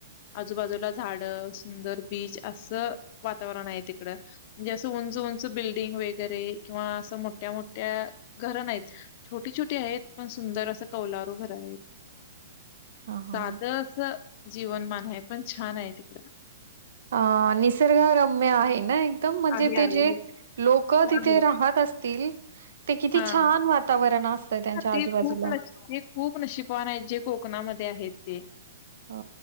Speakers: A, on the left; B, on the right.
A: आजूबाजूला झाड सुंदर बीच असं वातावरण आहे तिकडं म्हणजे असं उंच उंच बिल्डिंग वगैरे किंवा असं मोठ्या मोठ्या घरं नाहीत छोटी छोटी आहेत पण सुंदर असं कौलारू घर आहेत
B: हा हा
A: साध जीवनमान आहे पण छान आहे तिकड
B: अ निसर्ग रम्य आहे ना एकदम म्हणजे
A: आहे
B: ते
A: आहे
B: जे
A: हो.
B: लोक
A: हो
B: तिथे
A: हो.
B: राहत असतील ते किती
A: हा
B: छान वातावरण असतंय त्यांच्या
A: ते
B: आजूबाजूला
A: खूप नशी ते खूप नशीबन आहेत जे कोकणामध्ये आहेत ते
B: हा